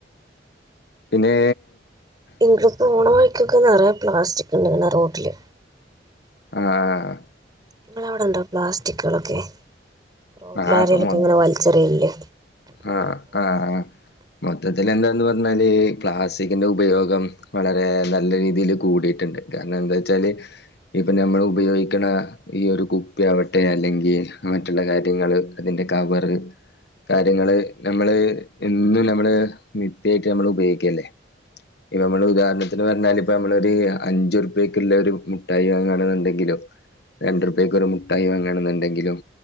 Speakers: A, on the left; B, on the right.
A: പിന്നെ
B: ഇങ്ങിട്ട് പോണവഴിക്കൊക്കെ നറയേ പ്ലാസ്റ്റിക് ഉണ്ട് ഇങ്ങനെ റോട്ടില്
A: ആഹ്
B: നിങ്ങളവിടെ ഇണ്ടോ പ്ലാസ്റ്റിക്കുകളൊക്കെ റോഡിലാരലൊക്കെ
A: ആ ഇപ്പൊ മൊ
B: ഇങ്ങനെ വലിച്ചെറി യില്ലേ
A: ആഹ് ആഹ് മൊത്തത്തിൽ എന്താന്ന് പറഞ്ഞാല് പ്ലാസ്റ്റിക്കിന്റെ ഉപയോഗം വളരെ നല്ല രീതിൽ കൂടിയിട്ടുണ്ട് കാരണം എന്താ വച്ചാല് ഇപ്പൊ നമ്മൾ ഉപയോഗിക്ക്ണ ഈ ഒരു കുപ്പി ആവട്ടെ അല്ലെങ്കിൽ മറ്റുള്ള കാര്യങ്ങള് അതിന്റെ കവറ് കാര്യങ്ങള് നമ്മള് എന്നും നമ്മള് നിത്യായിട്ട് നമ്മള് ഉപയോഗിക്കല്ലേ ഇപ്പ നമ്മള് ഉദാഹരണത്തിന് പറഞ്ഞാൽ ഇപ്പ നമ്മള ഒരു അഞ്ചുറുപ്പക്കുള്ള ഒരു മുഠായി വങ്ങണെണ്ടെങ്കിലും രണ്ട റൂപ്യക്ക് ഒരു മുട്ടായി വാങ്ങണം എന്നുണ്ടെങ്കിലും